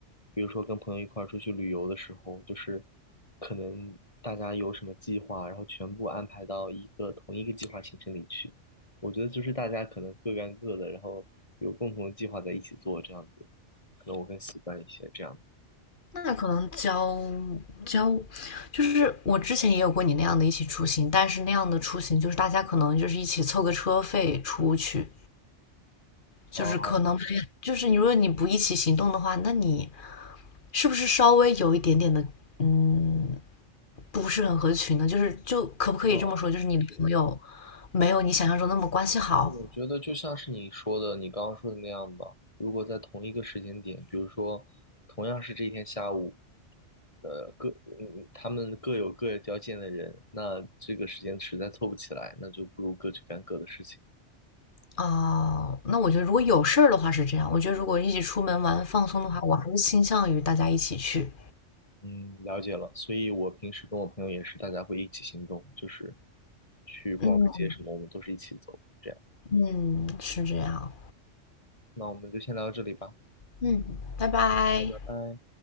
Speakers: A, on the left; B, on the left.
A: 比如说跟朋友一块儿出去旅游的时候，就是可能大家有什么计划，然后全部安排到一个同一个计划行程里去。我觉得就是大家可能各干各的，然后有共同的计划在一起做，这样子，可能我更习惯一些这样。
B: 那可能交交，就是我之前也有过你那样的一起出行，但是那样的出行就是大家可能就是一起凑个车费出去，就是可能没有就是你如果你不一起行动的话，
A: 哦，
B: 那你是不是稍微有一点点的嗯不是很合群呢？就是就可不可以这么说，
A: 那
B: 就是你的朋友没有你想象中那么关系好
A: 我觉得就像是你说的，你刚刚说的那样吧。如果在同一个时间点，比如说同样是这一天下午，呃，各嗯，他们各有各交见的人，那这个时间实在凑不起来，那就不如各去干各的事情。
B: 啊？那我觉得如果有事儿的话是这样，我觉得如果一起出门玩放松的话，我还是倾向于大家一起去。
A: 嗯，了解了。所以我平时跟我朋友也是，大家会一起行动，就是去逛个街什么，
B: 嗯。
A: 我们都是一起走，这样。
B: 嗯，是这样。
A: 那我们就先聊到这里吧，
B: 嗯，拜拜。
A: 好的拜拜。